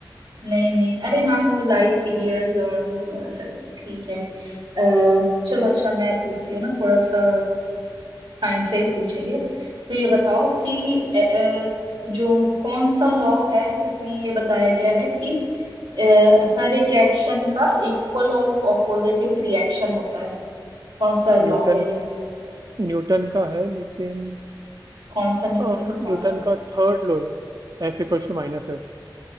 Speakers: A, on the right; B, on the right.
A: नहीं नहीं अरे हाँ वो लाइट ईयर्स और मतलब ऐसा ठीक है अः चलो अच्छा मैं पूछती हूँ ना थोड़ा सा साइंस से ही पूछेंगे तो ये बताओ कि अ, अ, जो कौन सा लॉ है जिसमें ये बताया गया है कि अ, हर एक एक्शन का इक्वल और ऑपोजिट एक रिएक्शन होता है कौन सा लॉ
B: न्यूटन
A: है ये
B: न्यूटन का है लेकिन
A: कौन सा न्यूटन
B: अ,
A: का कौन
B: न्यूटन
A: सा
B: का थर्ड लॉ है एफ इक्वल्स टू माइनस है